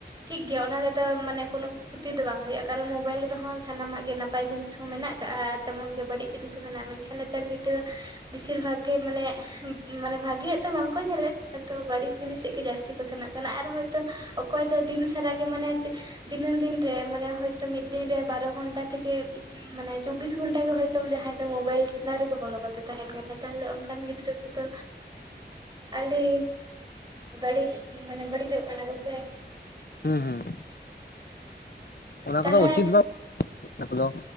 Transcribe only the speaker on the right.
ᱴᱷᱤᱠ ᱜᱮᱭᱟ ᱚᱱᱟ ᱨᱮᱫᱚ ᱢᱟᱱᱮ ᱠᱳᱱᱳ ᱠᱷᱚᱛᱤ ᱫᱚ ᱵᱟᱝ ᱦᱩᱭᱩᱜᱼᱟ ᱠᱟᱨᱚᱱ ᱢᱳᱵᱟᱭᱤᱞ ᱨᱮᱦᱚᱸ ᱥᱟᱱᱟᱢᱟᱜ ᱜᱮ ᱱᱟᱯᱟᱭ ᱡᱤᱱᱤᱥ ᱦᱚᱸ ᱢᱮᱱᱟᱜ ᱟᱠᱟᱜᱼᱟ ᱛᱮᱢᱚᱱ ᱜᱮ ᱵᱟᱹᱲᱤᱡ ᱡᱤᱱᱤᱥ ᱦᱚᱸ ᱢᱮᱱᱟᱜᱼᱟ ᱢᱮᱱᱠᱷᱟᱱ ᱱᱮᱛᱟᱨ ᱜᱤᱫᱽᱨᱟᱹ ᱵᱮᱥᱤᱨ ᱵᱷᱟᱜᱽ ᱜᱮ ᱢᱟᱱᱮ ᱢᱟᱱᱮ ᱵᱷᱟᱜᱤᱭᱟᱜ ᱛᱚ ᱵᱟᱝᱠᱚ ᱧᱮᱞᱮᱫ ᱛᱚ ᱵᱟᱹᱲᱤᱡ ᱡᱤᱱᱤᱥ ᱥᱮᱫ ᱜᱮ ᱡᱟᱹᱥᱛᱤ ᱥᱮᱱᱚᱜ ᱠᱟᱱᱟ ᱟᱨ ᱦᱚᱭᱛᱳ ᱚᱠᱚᱭ ᱫᱚ ᱫᱤᱱ ᱥᱟᱨᱟᱜ ᱜᱮ ᱢᱟᱱᱮ ᱫᱤᱱᱟᱹᱢ ᱫᱤᱱ ᱨᱮ ᱢᱟᱱᱮ ᱦᱚᱳᱭᱛᱳ ᱢᱤᱫ ᱫᱤᱱ ᱨᱮ ᱵᱟᱨᱚ ᱜᱷᱚᱱᱴᱟ ᱛᱷᱮᱠᱮ ᱢᱟᱱᱮ ᱪᱚᱵᱽᱵᱤᱥ ᱜᱷᱚᱱᱴᱟ ᱜᱮ ᱦᱭᱛᱳ ᱡᱟᱦᱟᱸᱭ ᱫᱚ ᱢᱳᱵᱟᱭᱤᱞ ᱪᱮᱛᱟᱱ ᱨᱮᱜᱮ ᱵᱚᱞᱚ ᱠᱟᱛᱮ ᱛᱟᱦᱮᱱ ᱠᱟᱱᱟ ᱛᱟᱦᱚᱞᱮ ᱚᱱᱠᱟᱱ ᱜᱤᱫᱽᱨᱟᱹ ᱠᱚᱫᱚ ᱟᱹᱰᱤ ᱵᱟᱹᱲᱤᱡ ᱢᱟᱱᱮ ᱵᱟᱹᱲᱤᱡᱚᱜ ᱠᱟᱱᱟ ᱠᱚᱥᱮ
ᱛᱟᱦᱚᱞᱮ